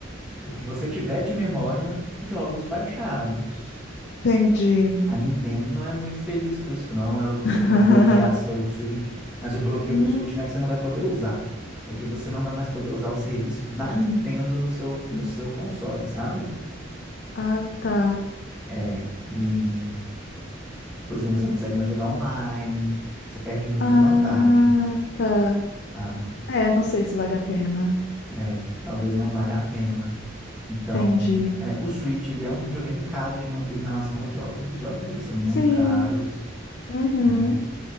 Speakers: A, in the centre; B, on the left.
A: o que você tiver de memória, jogos baixados.
B: entendi.
A: A Nintendo não é muito feliz com isso, não. Ela costuma
B: <laughs>
A: bloquear seu Switch, mas o bloqueio
B: Hum.
A: do Switch não é que você não vai poder usar. É que você não vai mais poder usar os serviços da Nintendo no seu, no seu console, sabe?
B: Ah, tá.
A: É, e, por exemplo, você não consegue mais jogar online, você perde muita
B: Ah,
A: vantagem,
B: tá.
A: sabe?
B: É, não sei se vale a pena.
A: É, talvez não valha a pena. Então,
B: Entendi.
A: é, o Switch, ele é um videogame caro de manter em relação aos jogos. Os jogos dele são muito
B: Sim.
A: caros,
B: Uhum.
A: né?